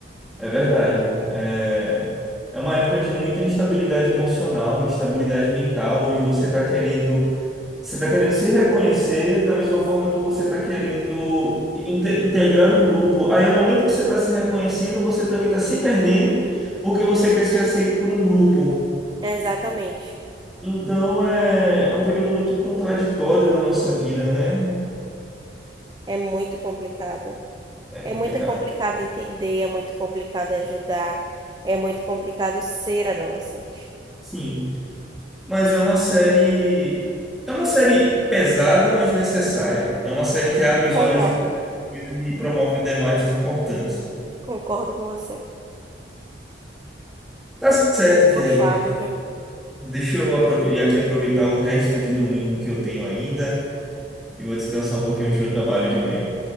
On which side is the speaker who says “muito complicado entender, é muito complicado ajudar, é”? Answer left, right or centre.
Right